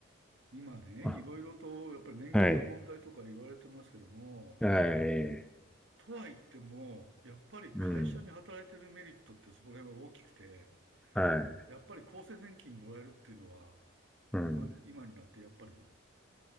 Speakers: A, on the right; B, in the centre.
A: 今ね、
B: ま
A: いろいろと、やっぱり年金の問題とか言われてますけども、
B: あはい。はい。
A: とは言っても、やっぱり会社に働いてるメリットってそこら辺は大きくて、
B: うん。はい。
A: やっぱり厚生年金もらえるっていうのは、
B: うん。
A: 今、今になってやっぱり、